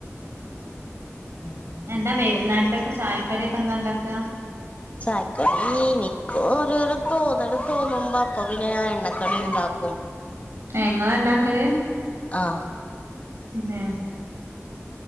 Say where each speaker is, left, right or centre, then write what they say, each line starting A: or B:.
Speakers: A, on the left (about 30°); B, on the right (about 65°).
A: <unintelligible>
B: എന്താ വൈകുന്നേരത്തക്കെ ചായക്കടൊക്കെ എന്താ ഉണ്ടാക്കാ?
A: ചായക്കടി എനിക്ക് ഓരോരോ തോന്നല് തോന്നുമ്പോ അപ്പൊ പിന്നെ ഞാൻ എണ്ണക്കടി ഇണ്ടാക്കും
B: എ ഇങ്ങാളാ ഇണ്ടാക്കല്?
A: ആ
B: എഹെ